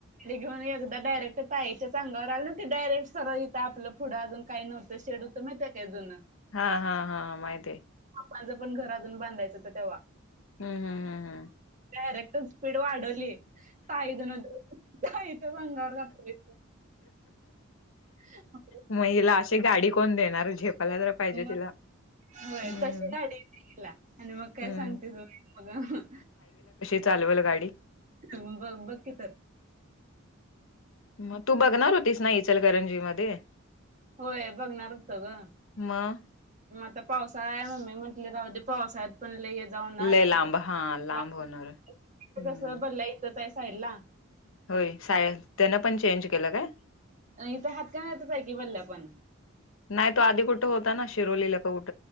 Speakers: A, on the right (about 40°); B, on the left (about 70°).
A: घेऊन एकदा डायरेक्ट तायाच्याच अंगावर आले नव्हती, डायरेक्ट सरळं इथं आपलं पुढं अजून काही नव्हतं शेड होतं म त्या काय दोन
B: हा हा हा माहिती आहे
A: माझं पण घर अजून बांधायचं तर तेव्हा
B: हम्म हम्म हम् हम्म
A: डारेक्ट स्पीड वाढवली पाय धून अंगावर घातय रिकाम
B: मग हिला अशी गाडी कोण देणार झेपायला तर पाहिजे
A: मग
B: तिला
A: होय
B: हम्म
A: तशी गाडीला येते ईला आणि मग काय
B: हम्म.
A: सांगते ज बघ
B: चालवल गाडी
A: त बकीितर
B: म तू बघणार होतीस ना इचलकरंजी मध्ये
A: होय बघणार होतो ग
B: मग
A: म आता पावसाळा आहे मम्मी म्हटले राहू दे पावसाळ्यात पणलेेत जाऊन
B: लय
A: अर्धा
B: लांब हा लांब
A: लाग
B: होणार
A: इथे
B: हम्म.
A: कस भरल्या इथंच आहे साईडला
B: होय सा त्यानं पण चेंज केलं काय
A: नाहीथ हात का नाहीतच आहे की बल्ल्या पण
B: नाही तो आधी कुठं होता ना शिरोलीला जाऊ